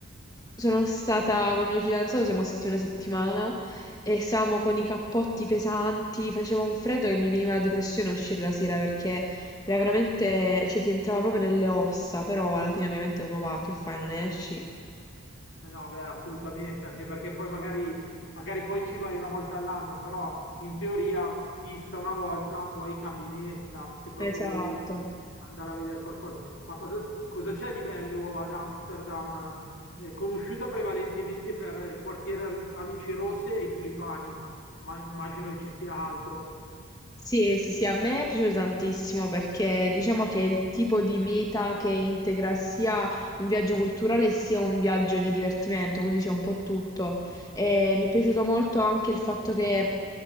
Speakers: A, on the left; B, on the left.
A: Sono stata col mio fidanzato, siamo stati una settimana e stavamo con i cappotti pesanti, faceva un freddo che mi veniva la depressione a uscire la sera perché era veramente, cioè ti entrava proprio nelle ossa, però alla fine ovviamente uno va, che fai, non esci?
B: Eh No, beh, assolutamente, anche perché poi magari, magari poi ci vai una volta all'anno, però in teoria, vista una volta, poi cambi meta se proprio
A: Esatto.
B: vuoi andare a vedere qualcosa. Ma cosa, cosa c'è di bello ad Amsterdam? È conosciuta prevalentemente per il quartiere a luci rosse e i tulipani, ma immagino che ci sia altro.
A: Sì, eh, sì, sì, a me è piaciuto tantissimo perché diciamo che è il tipo di meta che integra sia un viaggio culturale sia un viaggio di divertimento, quindi c'è un po' tutto. E mi è piaciuto molto anche il fatto che